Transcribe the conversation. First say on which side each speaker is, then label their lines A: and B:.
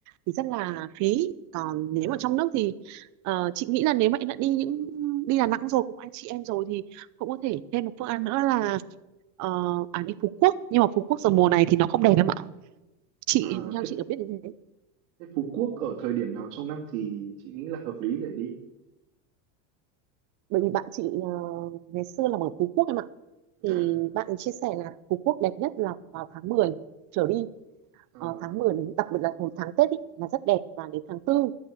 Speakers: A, on the right; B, on the right.
A: thì rất là phí còn
B: dạ
A: nếu mà trong nước thì ờ, chị nghĩ là nếu mà em đã đi những đi Đà Nẵng rồi cùng anh chị em rồi thì cũng có thể thêm một phương án nữa là ờ, à đi Phú Quốc nhưng mà Phú Quốc giờ mùa này thì nó không đẹp em ạ chị
B: à,
A: theo
B: thế,
A: chị được biết như thế
B: thế Phú Quốc ở thời điểm nào trong năm thì chị nghĩ là hợp lý để đi
A: bởi vì bạn chị ờ, ngày xưa là ở Phú Quốc em ạ
B: dạ
A: thì bạn ấy chia sẻ là Phú Quốc đẹp nhất là vào tháng 10 trở đi
B: à,
A: Ờ, tháng 10 đến đặc biệt là hồi tháng Tết ý, là rất đẹp và đến tháng tư